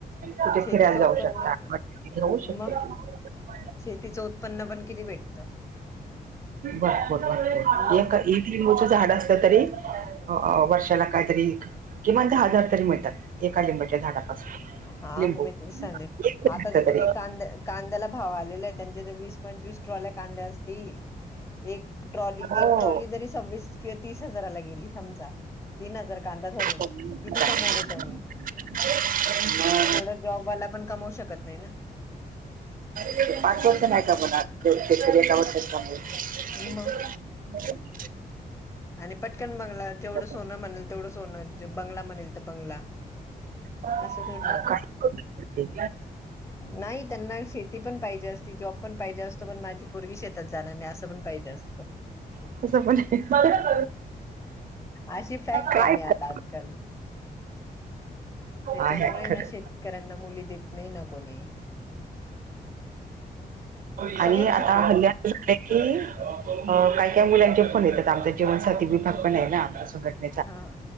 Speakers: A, on the right; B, on the left.
A: तिथे
B: शेतीचं
A: फिरायला जाऊ
B: उत्पन्न
A: शकता,
B: मग
A: <unintelligible>
B: शेतीचं उत्पन्न पण किती भेट?
A: भरपूर भरपूर
B: मग
A: एक <unintelligible> लिंबूच झाड असलं तरी, अं वर्षाला काहीतरी किमान दहा हजार तरी मिळतात. एका लिंबाच्या झाडापासून.
B: हा
A: लिंबू
B: मग मी ते सांगे,
A: एक लिंबाचं
B: आता जर
A: तरी
B: तुम्ही कांद्या कांद्याला भाव आलेला आहे, त्यांच्या जर वीस, पंचवीस ट्रॉल्या कांद्या असतील एक ट्रॉली
A: हो
B: एक ट्रॉली जरी सव्वीस किंवा तीस हजाराला गेली समजा तीन हजार कांदा धरून
A: मग
B: किती कमवले त्यांनी?
A: <inaudible>
B: तेवढं जॉबवाला पण कमावू शकत नाही ना.
A: ते पाठवते
B: हम्म.
A: नाही का मला <unintelligible>
B: मग आणि पटकन बंगला, जेवढं
A: काय
B: सोनं म्हणेल तेवढं सोनं, बंगला म्हणेल तर बंगला
A: काय
B: असं पण राहत.
A: करू
B: नाही त्यांना शेती पण पाहिजे असते ती जॉब पण पाहिजे असतो, पण माझी पोरगी शेतात जाणार नाही, असं पण पाहिजे असतं.
A: <unintelligible>
B: अशी फॅक्ट
A: काय
B: आहे आणि
A: कर
B: आता आजकाल. त्याच्यामुळे
A: आहे खरं
B: ना शेतकऱ्यांना मुली देत नाही ना कोणी.
A: आणि
B: सगळ्यात
A: आता
B: सुखी
A: हल्ल्या
B: पण
A: <unintelligible> की, अं काय काय मुलांचे फोन येतात. आमच्या जीवनसाथी विभाग पण आहे ना आमच्यासोबत.
B: हा